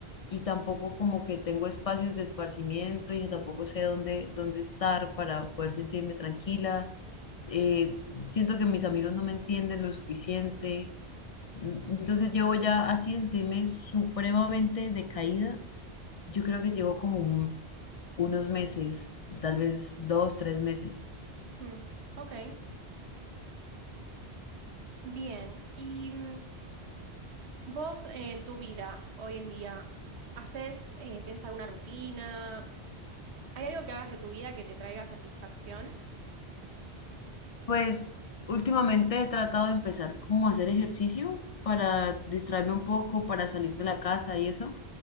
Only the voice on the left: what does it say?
y tampoco como que tengo espacios de esparcimiento y tampoco sé dónde, dónde estar para poder sentirme tranquila. Eh, siento que mis amigos no me entienden lo suficiente. Entonces llevo ya así de sentirme supremamente decaída. Yo creo que llevo como un unos meses, tal vez dos, tres meses.
Pues últimamente he tratado de empezar como a hacer ejercicio para distraerme un poco, para salir de la casa y eso,